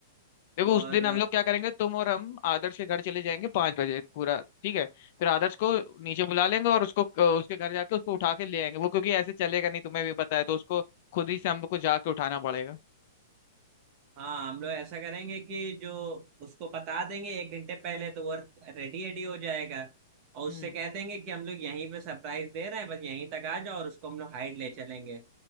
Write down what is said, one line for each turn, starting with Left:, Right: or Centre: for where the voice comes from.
Left: देखो
Right: और
Left: उस दिन हम लोग क्या करेंगे तुम और हम आदर्श के घर चले जाएंगे पांच बजे पूरा ठीक है फिर आदर्श को नीचे बुला लेंगे और उसको उसके घर जाके उसको उठा के ले आएंगे वो क्योंकि ऐसे चलेगा नहीं तुम्हें भी पता है तो उसको खुद ही से हम लोग को जाके उठाना पड़ेगा
Right: हाँ हम लोग ऐसा करेंगे कि जो उसको बता देंगे एक घंटे पहले तो वो रेडी रेडी हो जाएगा और उससे
Left: हम्म।
Right: कह देंगे कि हम लोग यहीं पे सरप्राइज दे रहे हैं बस यहीं तक आ जाओ और उसको हम लोग हाइड ले चलेंगे